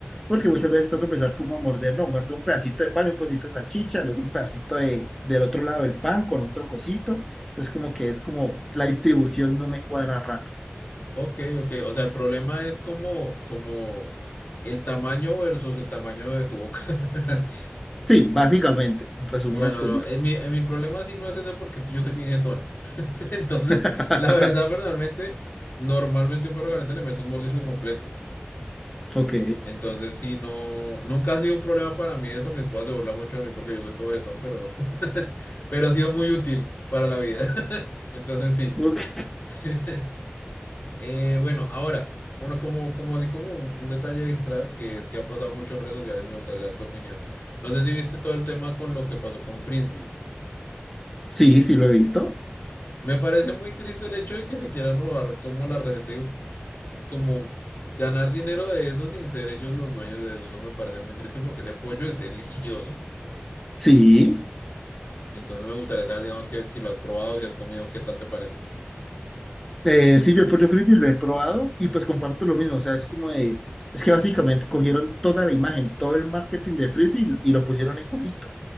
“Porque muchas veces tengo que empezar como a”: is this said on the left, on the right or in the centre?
Centre